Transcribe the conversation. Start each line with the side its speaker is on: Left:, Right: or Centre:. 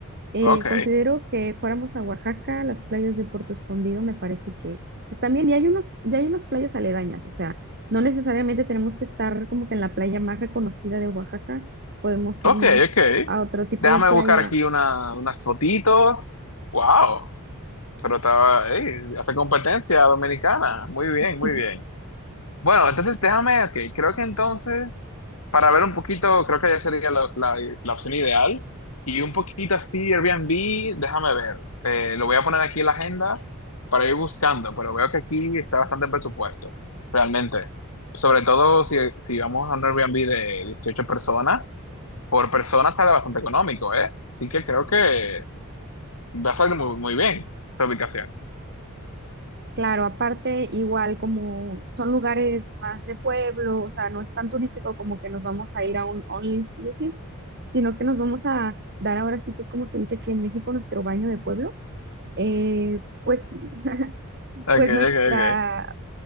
Right: Eh,
Left: Ok,
Right: considero que fuéramos a Oaxaca, las playas de Puerto Escondido me parece que, que también, y hay unos, ya hay unas playas aledañas, o sea. No necesariamente tenemos que estar como que en la playa más reconocida de Oaxaca, podemos irnos
Left: ok, ok.
Right: a otro tipo
Left: Déjame
Right: de playa.
Left: buscar aquí una, unas fotitos. Wow, pero estaba, ey, hace competencia dominicana. Muy bien,
Right: <laughs>
Left: muy bien. Bueno, entonces déjame, ok, creo que entonces, para ver un poquito, creo que ya sería la, la- la opción ideal. Y un poquito así, Airbnb, déjame ver. Eh, lo voy a poner aquí en la agenda para ir buscando, pero veo que aquí está bastante presupuesto, realmente. Sobre todo si, si vamos a un Airbnb de 18 personas, por persona sale bastante económico, ¿eh? Así que creo que va a salir muy, muy bien esa ubicación.
Right: Claro, aparte, igual como son lugares más de pueblo, o sea, no es tan turístico como que nos vamos a ir a un all inclusive, sino que nos vamos a dar ahora sí que, como se dice aquí en México, nuestro baño de pueblo. Eh, pues, <laughs>
Left: Ok,
Right: pues
Left: ok,
Right: nuestra
Left: ok.